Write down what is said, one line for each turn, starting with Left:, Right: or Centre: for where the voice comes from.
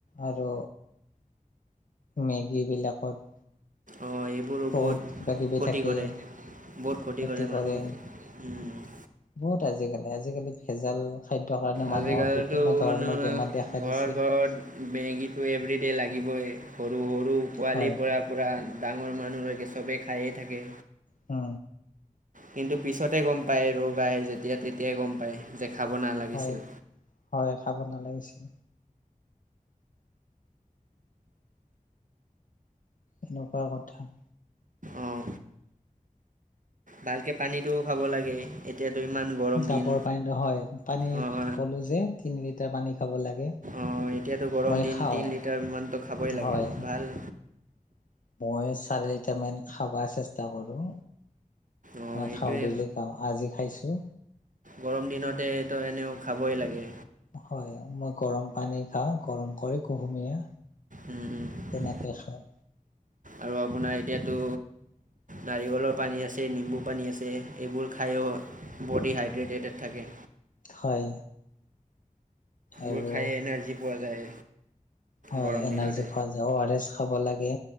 Left: আৰু মেগীবিলাকত
Right: অঁ এইবোৰো-
Left: বহুত কিবা কিবি
Right: ক্ষতি
Left: থাকেই,
Right: কৰে বহুত ক্ষতি
Left: খতি কৰে।
Right: মানুহক
Left: বহুত আজিকালি, আজিকালি ভেজাল। খাদ্যৰ কাৰণে
Right: আজিকালিতো
Left: মানুহৰ বিভিন্ন ধৰণৰ
Right: মানুহে
Left: বেমাৰ দেখা
Right: ঘৰত
Left: দিছে।
Right: ঘৰত মেগীটো এভৰি ডে' লাগিবই সৰু সৰু পোৱালিৰ
Left: হয়
Right: পৰা। পূৰা ডাঙৰ মানুহ লৈকে চবেই খায়ে থাকে।
Left: অ।
Right: কিন্তু পিছতে গম পায় ৰোগ আহে যেতিয়া, তেতিয়াই গম পায় যে খাব নালাগিছিল।
Left: হয় হয় খাব নালাগিছিল। এনেকুৱা কথা।
Right: অঁ। ভালকে পানীটোও খাব লাগে এতিয়াতো ইমান গৰম
Left: ডাবৰ
Right: দিন
Left: পানীত হয়, পানীত
Right: অঁ
Left: ক'লো যে তিন লিটাৰ পানী খাব লাগে।
Right: অ', এতিয়াতো গৰম
Left: মই
Right: দিন
Left: খাওঁ
Right: তিনি লিটাৰমানতটো খাবই লাগে
Left: হয়
Right: অ', ভাল
Left: মই চাৰি লিটামান খাবা চেষ্টা কৰোঁ।
Right: অঁ
Left: মই
Right: এইটোৱে
Left: খাওঁ ডেইলি খাও আজি খাইছোঁ।
Right: গৰম দিনতে এতো এনেও খাবই লাগে।
Left: হয়, মই গৰম পানী খাওঁ গৰম কৰি কুহুমীয়া।
Right: উম,
Left: তেনেকে খাওঁ
Right: আৰু আপোনাৰ এতিয়াতো নাৰিকলৰ পানী আছে, নিম্বু পানী আছে, এইবোৰ খায়ো বডি হাইড্ৰেটেটেড থাকে।
Left: হয়। আৰু
Right: বোৰ খায়ে এনাৰ্জি পোৱা যায়।
Left: হয়,
Right: গৰম
Left: এনাৰ্জি
Right: দিনতে
Left: পোৱা যায় অ', আৰ এছ খাব লাগে।